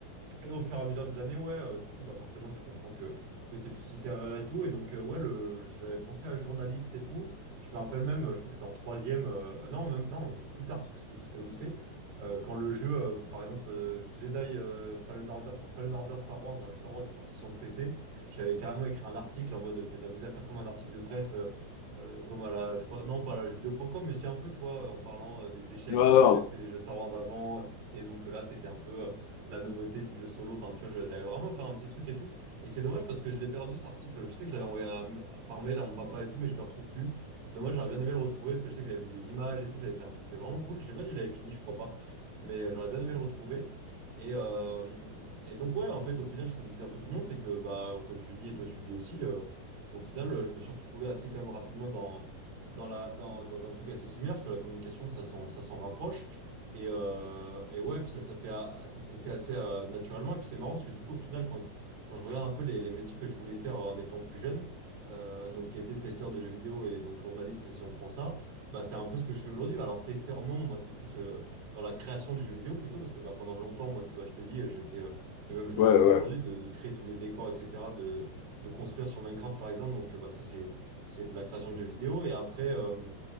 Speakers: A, on the right; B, on the left.
A: Et au fur et à mesure des années, ouais, euh, du coup, bah forcément, tu comprends que, que t'es plus littéraire et tout. Et donc, euh, ouais, le, j'avais pensé à journaliste et tout. Je me rappelle même, euh, je crois que c'était en troisième, euh, non, même, non, plus tard, parce que du coup, c'était au lycée. euh, quand le jeu, euh, par exemple, euh, Jedi euh, Fallen Order, enfin Fallen Order Star Wars, dans le Star Wars est sorti sur le PC, j'avais carrément écrit un article en mode, je m'étais amusé à faire comme un article de presse, euh, euh, comme à la, je sais pas, non, pas à la jeuxvideo.com, mais si un peu, tu vois, en parlant euh, des échecs
B: Ouais, ouais,
A: euh, qu'avaient fait les jeux Star Wars avant. Et donc euh, là, c'était un peu. euh, la nouveauté du jeu solo. Enfin, tu vois, j'avais vraiment fait un petit truc et tout. Et c'est dommage parce que je l'ai perdu cet article. Je sais que je l'avais envoyé à- à- par mail à mon papa et tout, mais je le retrouve plus. C'est dommage, j'aurais bien aimé le retrouver parce que je sais que j'avais mis des images et tout. J'avais fait un truc vraiment cool. Je sais pas si je l'avais fini, je crois pas. Mais euh, j'aurais bien aimé le retrouver. Et, euh, et donc, ouais, en fait, au final, ce que me disait un peu tout le monde, c'est que, bah, comme tu le dis et toi, tu le dis aussi, euh, au final, euh, je me suis retrouvé assez quand même rapidement dans dans la, dans, dans un truc assez similaire, parce que la communication, ça s'en, ça s'en rapproche. Et, euh, et ouais, puis ça, ça fait, a- ça s'est fait assez euh, naturellement. Et puis c'est marrant parce que du coup, au final, quand, quand je regarde un peu les, les métiers que je voulais faire euh, en étant plus jeune, euh, donc qui était testeur de jeux vidéo et donc journaliste, si on prend ça, bah c'est un peu ce que je fais aujourd'hui. Alors testeur, non, moi c'est plus euh, dans la création du jeu vidéo plutôt parce que bah, pendant longtemps, moi, tu- bah, je t'ai dit, j'étais, euh, et même je le
B: ouais,
A: fais encore
B: ouais.
A: aujourd'hui, de, de créer tous les décors, etc., de, de construire sur Minecraft par exemple. Donc euh, bah, ça, c'est, c'est de la création de jeux vidéo. Et après. euh,